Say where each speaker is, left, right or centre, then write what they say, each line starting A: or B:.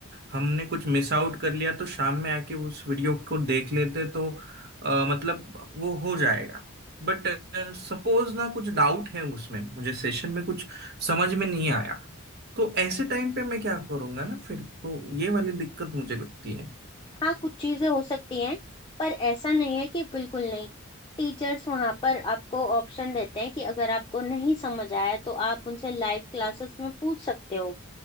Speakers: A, on the right (about 50°); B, on the left (about 20°).
A: हमने कुछ मिस आउट कर लिया तो शाम में आके उस वीडियो को देख लेते तो अ, मतलब वो हो जाएगा बट सपोज ना कुछ डाउट है उसमें मुझे सेशन में कुछ समझ में नहीं आया तो ऐसे टाइम पे मैं क्या करूंगा ना फिर तो ये वाली दिक्कत मुझे लगती
B: हाँ कुछ चीजें हो सकती हैं पर ऐसा नहीं है कि बिल्कुल नहीं टीचर्स वहाँ पर आपको ऑप्शन देते हैं कि अगर आपको नहीं समझ आया तो आप उनसे लाइव क्लासेस में पूछ सकते हो